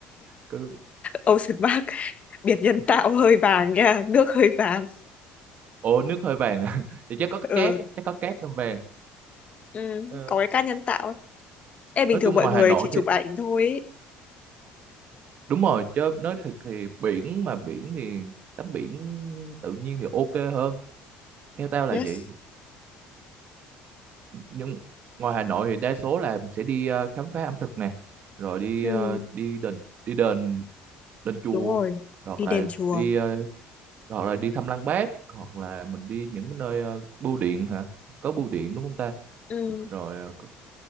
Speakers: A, on the right; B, on the left.
A: có,
B: Ocean Park <laughs> biển nhân tạo hơi vàng nha nước hơi vàng
A: ô nước hơi vàng à. <laughs> thì chắc có cái
B: ừ,
A: cát chắc có cát hơi vàng
B: ừ
A: Ờ.
B: có cái cát nhân tạo Ê, bình
A: nói
B: thường
A: chung
B: mọi
A: ngoài
B: người
A: Hà Nội
B: chỉ chụp ảnh thôi ý.
A: đúng rồi chứ nói thiệt thì biển mà biển thì tắm biển tự nhiên thì ok hơn theo tao là
B: Yes,
A: vậy nhưng ngoài Hà Nội thì đa số là mình sẽ đi ờ, khám phá ẩm thực nè rồi đi
B: ừ,
A: ờ, đi đền đi đền đền chùa
B: đúng rồi.
A: hoặc
B: Đi đền
A: là
B: chùa,
A: đi ờ, hoặc là đi thăm Lăng Bác hoặc là mình đi những nơi ờ, bưu điện hả có bưu điện đúng không ta
B: ừ.
A: rồi ờ, có-